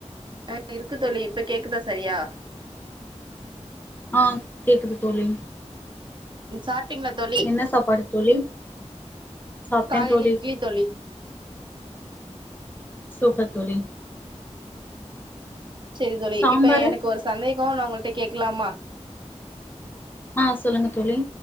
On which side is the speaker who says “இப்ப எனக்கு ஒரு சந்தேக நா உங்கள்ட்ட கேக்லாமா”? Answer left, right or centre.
Right